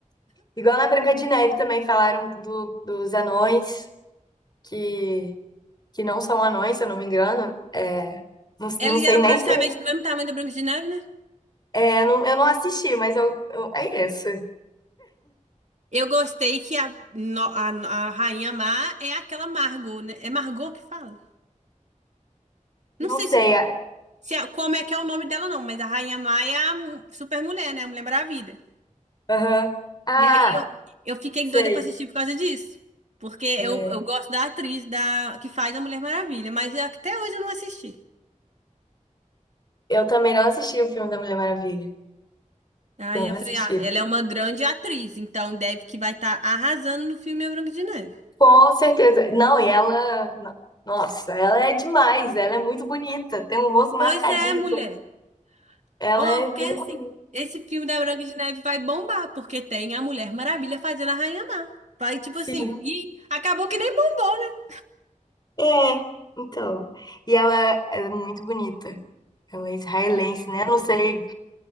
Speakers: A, on the left; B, on the right.
A: igual na Branca de Neve também falaram do, dos anões, que, que não são anões, se eu não me engano. É, não,
B: Eles
A: não sei
B: eram
A: nem
B: praticamente
A: se.
B: do mesmo tamanho da Branca de Neve, né?
A: É, não, eu não assisti, mas eu, eu- é isso.
B: Eu gostei que a, no- a, a Rainha Má é aquela Margot, né? É Margot que fala. Não
A: Não
B: sei
A: sei.
B: se,
A: é-
B: se é- como é que é o nome dela, não, mas a Rainha Má é a mu- super mulher, né? A Mulher Maravilha.
A: Aham. Ah,
B: E aí eu, eu fiquei
A: sei.
B: doida pra assistir por causa disso. Porque eu,
A: É,
B: eu gosto da atriz da, que faz a Mulher Maravilha, mas até hoje eu não assisti.
A: eu também não assisti o filme da Mulher Maravilha.
B: Aí
A: Não
B: eu
A: assisti.
B: falei, ah, ela é uma grande atriz, então deve que vai estar arrasando no filme A Branca de Neve.
A: Com certeza. Não, e ela. no- Nossa, ela é demais. Ela é muito bonita. Tem um rosto marcadíssimo.
B: Pois é, mulher.
A: Ela
B: Ô,
A: é
B: porque
A: muito.
B: assim, esse filme da Branca de Neve vai bombar, porque tem a Mulher Maravilha fazendo a Rainha Má. Vai, tipo
A: Sim.
B: assim, e acabou que nem bombou, né?
A: É, então. E ela, é muito bonita. Ela é israelense,
B: É, ficou,
A: né? Não sei.